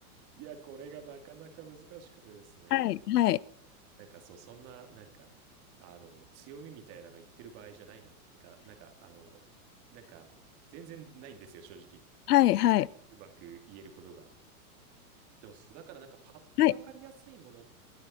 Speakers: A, on the right; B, on the left.
A: いや、これがなかなか難しくてですね。
B: はいはい
A: なんかそう、そんな、なんか、あの、強みみたいなの言ってる場合じゃないなってか、なんか、あの、なんか、全然ないんですよ、正直。
B: はいはい
A: うまく言えることが。でも、そうだからなんか、パッとわかりやすいもの
B: はい